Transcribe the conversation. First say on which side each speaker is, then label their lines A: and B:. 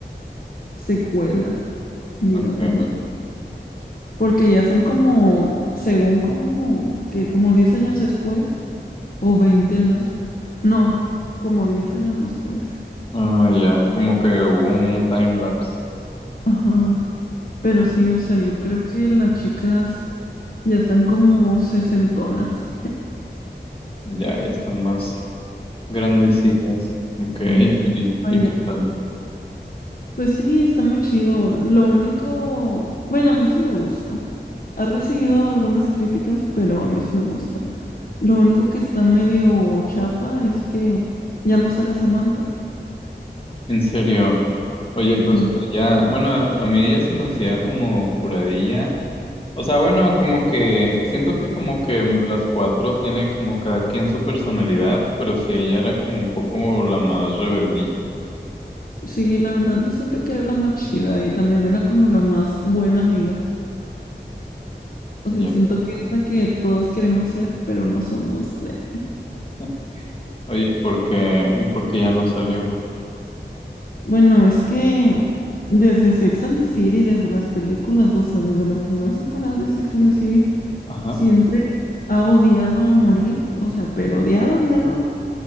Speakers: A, on the left; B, on the left.
A: secuela, digámoslo,
B: Ok,
A: porque ya son como, según como, que como 10 años después, o 20 años, no, como 10 años después,
B: ah, ya, como que hubo un time lapse.
A: ajá Pero sí, o sea, yo creo que las chicas ya están como sesentonas.
B: Ya, ya están más grandecillas.
A: <laughs>
B: Ok,
A: Y ya están
B: ¿y,
A: allá.
B: y qué tal?
A: Pues sí, está muy chido. Lo único, bueno, a mí sí me gusta. Ha recibido algunas críticas, pero a mí sí me gusta. Lo único que está medio chafa es que ya no sale Samantha.
B: En serio. Oye,
A: Ujú.
B: pues ya, bueno, a mí ella se me hacía como curadilla. O sea, bueno, como que siento que como que las cuatro tiene como cada quien su personalidad, pero sí ella era como un poco la más rebeldilla, ¿no?
A: Sí, la verdad, yo siento que era la más chida y también era como la más buena amiga. O
B: Ya.
A: sea, siento que es la que todas queremos ser, pero no somos de.
B: <laughs> Oye, ¿y por qué, y por qué ya no salió?
A: Bueno, es que desde Sex and the City, desde las películas, o sea, desde las primeras temporadas de Sex and the City,
B: Ajá.
A: siempre ha odiado a morir, o sea, pero odiado, odiado